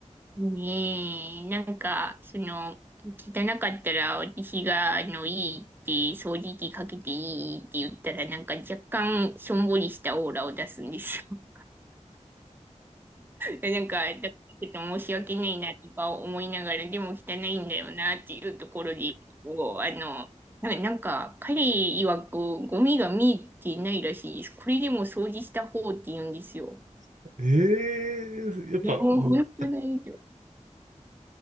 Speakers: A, on the right; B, on the right.
A: ねえ、なんか、その、汚かったら私が、あの、いいって、掃除機かけていいって言ったら、なんか若干、しょんぼりしたオーラを出すんですよ。なんか、だからちょっと申し訳ないなとか思いながら、でも汚いんだよなっていうところで、こう、あの、ななんか、彼曰くゴミが見えていないらしいです。これでも掃除した方って言うんですよ。
B: <laughs> ええやっぱもう
A: いや、もう本当ないよ。